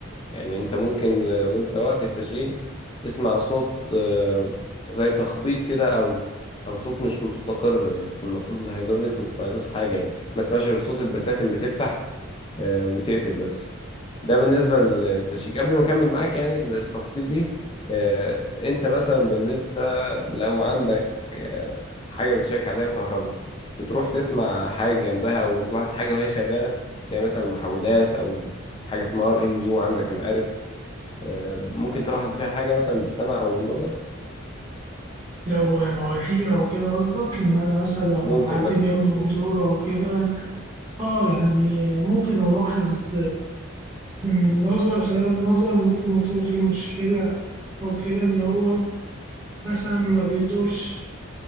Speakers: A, on the left; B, on the right.
A: يعني انت ممكن و- وانت وقت التشغيل تسمع صوت آه، زي تخبيط كده او او صوت مش مستقر المفروض الهيدروليك ما تسمعلوش حاجه يعني ما تسمعش غير صوت البساتم بتفتح آه، وتقفل بس ده بالنسبة للتشيك قبل ما أكمل معاك يعني التفاصيل دي آه، أنت مثلا بالنسبة لو عندك آه، حاجة بتشيك عليها كهرباء بتروح تسمع حاجة جنبها وتلاحظ حاجة وهي شغالة زي مثلا المحولات أو حاجة اسمها ار ام يو عندك أنا عارف آه، ممكن تلاحظ فيها حاجة مثلا بالسمع أو بالنظر
B: لو مواتير أو كده قصدك إن أنا مثلا لو
A: ممكن
B: معدي
A: مثلا
B: جنب موتور أو كده آه يعني ممكن ألاحظ من نظر خلال النظر ممكن الموتور فيه مشكلة أو كده إن هو مثلا ما بيدورش